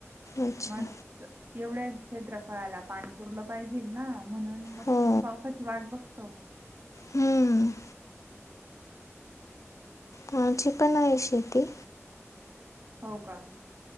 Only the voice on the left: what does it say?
अच्छा
हो
हम्म ह माझी पन आहे शेती